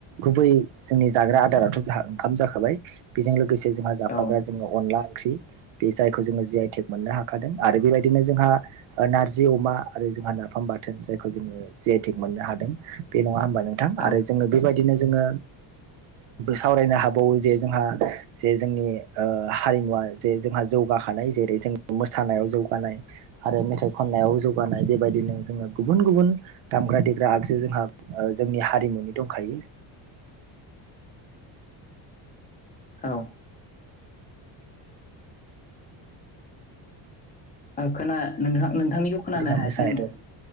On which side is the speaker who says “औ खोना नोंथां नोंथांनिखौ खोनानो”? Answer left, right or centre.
Left